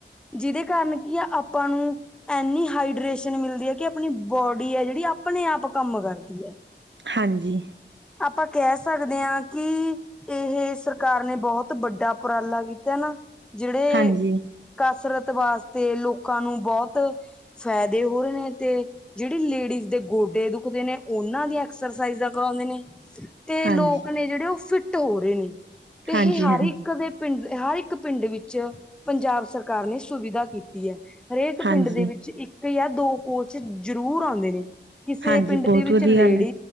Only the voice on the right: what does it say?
ਹਾਂਜੀ।
ਹਾਂਜੀ,
ਹਾਂਜੀ,
ਹਾਂਜੀ,
ਹਾਂਜੀ,
ਹਾਂਜੀ।
ਹਾਂਜੀ,
ਬਹੁਤ
ਵਧੀਆ
ਗੱਲ ਹੈ।